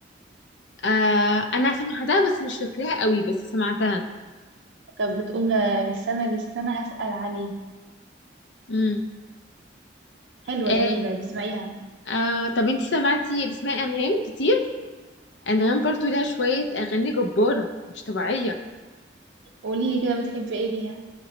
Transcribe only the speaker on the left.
آه انا سمعتها بس مش فاكراها قوي بس سمعتها
امم
آه
آه طب انت سمعتي بتسمعي انغام كتير انغام برضو لها شوية اغاني جبارة مش طبيعية